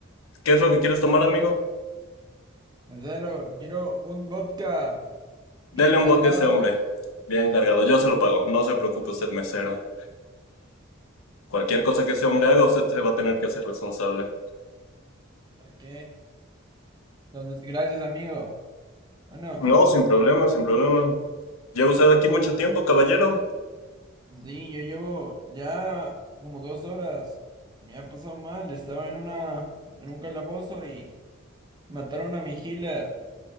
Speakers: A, on the left (about 85°); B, on the right (about 20°).
A: ¿Qué es lo que quieres tomar, amigo?
B: Mesero, quiero un vodka bien
A: Dele
B: cargado.
A: un vodka a ese hombre. Bien cargado, yo se lo pago, no se preocupe usted, mesero. Cualquier cosa que ese hombre haga, usted se va a tener que hacer responsable.
B: Ok, entonces, gracias, amigo. Bueno,
A: No, sin problema, sin problema. ¿Lleva usted aquí mucho tiempo, caballero?
B: sí, yo llevo ya como dos horas. Me ha pasado mal, estaba en una, en un calabozo y mataron a mi healer.